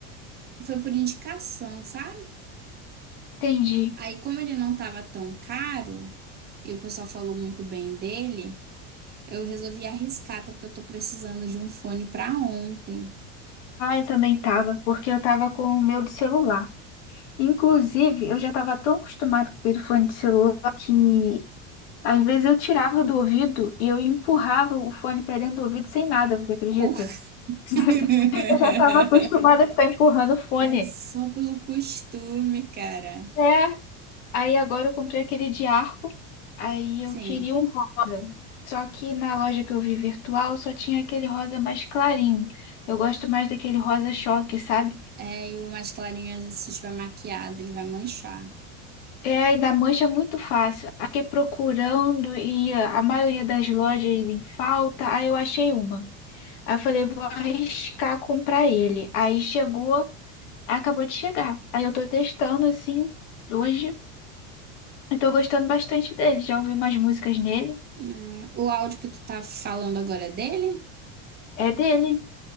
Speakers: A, on the right; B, on the left.
A: foi por indicação, sabe?
B: Entendi.
A: Aí, como ele não tava tão caro e o pessoal falou muito bem dele, eu resolvi arriscar, até porque eu tô precisando de um fone pra ontem.
B: Ah, eu também tava, porque eu tava com o meu do celular. Inclusive, eu já tava tão acostumada com o fone de celular que às vezes eu tirava do ouvido e eu empurrava o fone pra dentro do ouvido sem nada, você acredita?
A: Ou-
B: <laughs>
A: <laughs>
B: Eu já tava acostumada a ficar empurrando o fone.
A: É só pelo costume, cara.
B: É. Aí agora eu comprei aquele de arco, aí
A: Sim.
B: eu queria um rosa. Só que na loja que eu vi virtual só tinha aquele rosa mais clarinho. Eu gosto mais daquele rosa choque, sabe?
A: É, e o mais clarinho, às vezes, se estiver maquiado, ele vai manchar.
B: É, e da mancha é muito fácil. Aí Fiquei procurando e a maioria das lojas em falta, aí eu achei uma. Aí eu falei, vou arriscar comprar ele. Aí chegou, acabou de chegar. Aí eu tô testando assim hoje. Eu tô gostando bastante dele. Já ouvi umas músicas nele.
A: É, o áudio que tu tá falando agora é dele?
B: É dele.